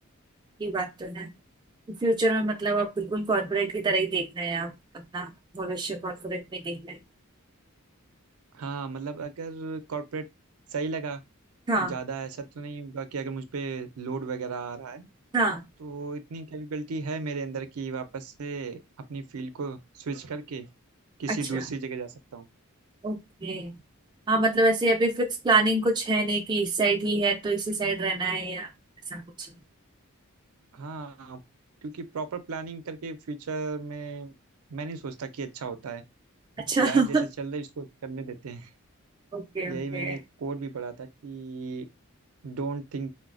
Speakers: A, on the right (about 20°); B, on the right (about 80°).
A: ये बात तो है फ्यूचर में मतलब आप बिल्कुल कॉर्पोरेट की तरह ही देखना है आप अपना भविष्य कॉर्पोरेट में देखना है
B: हाँ मतलब अगर कॉर्पोरेट सही लगा
A: हाँ
B: ज़्यादा ऐसा तो नहीं होगा कि अगर मुझ पे लोड वगैरह आ रहा है
A: हाँ
B: तो इतनी कैपेबिलिटी है मेरे अंदर कि वापस से अपनी फील्ड को स्विच करके किसी
A: अच्छा
B: दूसरी जगह जा सकता हूँ
A: ओके हाँ मतलब ऐसे अभी फिक्स प्लानिंग कुछ है नहीं कि इस साइड ही है तो इसी साइड रहना है या ऐसा कुछ
B: हाँ क्योंकि प्रॉपर प्लानिंग करके फ्यूचर में मैं नहीं सोचता कि अच्छा होता है
A: अच्छा
B: लाइफ
A: <laughs>
B: जैसे चल रही है इसको चलने देते हैं
A: ओके
B: यही
A: ओके
B: मैंने एक कोट भी पढ़ा था कि don't think